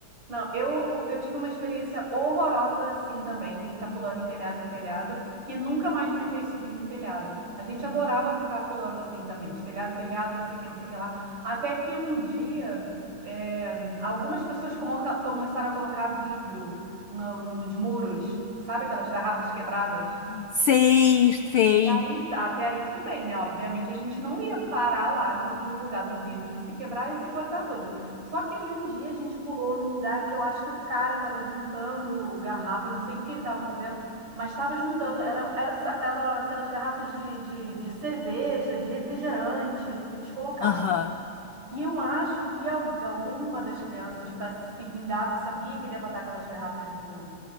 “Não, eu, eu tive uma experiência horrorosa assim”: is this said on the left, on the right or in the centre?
Right